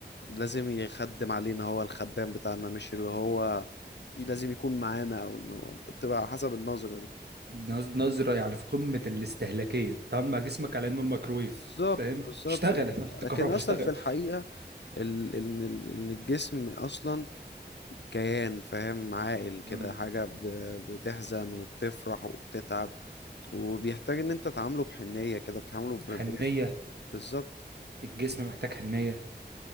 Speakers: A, on the left (about 80°); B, on the right (about 65°).
A: لازم يخدم علينا هو الخدام بتاعنا مش اللي هو لازم يكون معانا او ان هو انت بتبقى على حسب النظرة دي
B: نظ- نظرة يعني في قمة الاستهلاكية تعامل مع جسمك على انه الميكرويف
A: بالظبط
B: فاهم
A: بالظبط
B: اشتغل <laughs> حط
A: لكن
B: كهرباء
A: اصلا
B: اشتغل
A: في الحقيقة ال- ان ال- ان الجسم اصلا كيان فاهم عاقل كده
B: مم.
A: حاجة ب- بتحزن وبتفرح وبتتعب وبيحتاج ان انت تعامله بحنية كده بتعامله بر-
B: حنية
A: برفق بالظبط
B: الجسم محتاج حنية